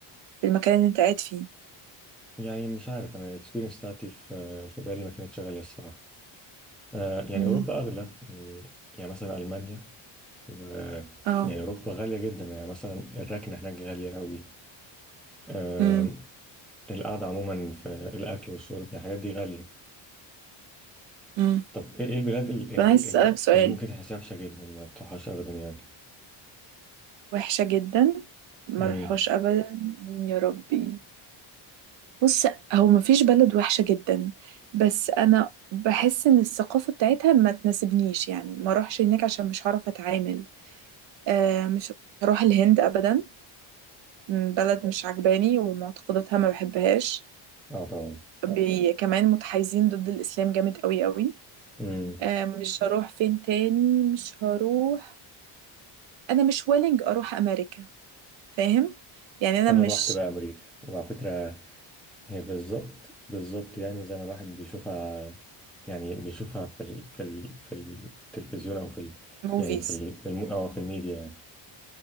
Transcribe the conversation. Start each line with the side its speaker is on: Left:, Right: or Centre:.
Right: في المكان اللي انت قاعد فيه
Centre: يعني مش عارف أنا الإكسبيرينس بتاعتي في في بالي ما كانتش غالية الصراحة آه، يعني
Right: مهم.
Centre: أوروبا أغلى يعني يعني مثلا ألمانيا و
Right: اه
Centre: يعني أوروبا غالية جدا يعني مثلا الركنة هناك غالية أوي آم،
Right: امم
Centre: القعدة عموما في الأكل والشرب يعني الحاجات دي غالية
Right: امم
Centre: طب إيه إيه البلاد ال- ال-
Right: انا عايز اسالك
Centre: ال-
Right: سؤال
Centre: اللي ممكن تحسها وحشة جدا ما تروحهاش أبدا يعني؟
Right: وحشة جدا ما
Centre: مم.
Right: روحوش ابدا مين يا ربي بص هو مفيش بلد وحشة جدا بس أنا بحس إن الثقافة بتاعتها ما تناسبنيش يعني ما أروحش هناك عشان مش هعرف أتعامل آه مش هروح الهند أبدا م، بلد مش عجباني ومعتقداتها ما بحبهاش
Centre: اه طبعا
Right: بي كمان متحيزين ضد الإسلام جامد قوي قوي
Centre: امم
Right: آه مش هروح فين تاني مش هروح أنا مش ويلنج أروح أمريكا فاهم يعني أنا
Centre: انا
Right: مش
Centre: روحت بقى امريكا وعلى فكره هي بالظبط بالظبط يعني زي ما الواحد بيشوفها يعني بيشوفها في ال في ال في التلفزيون او في ال
Right: موفيز
Centre: يعني في ال في الم او في الميديا يعني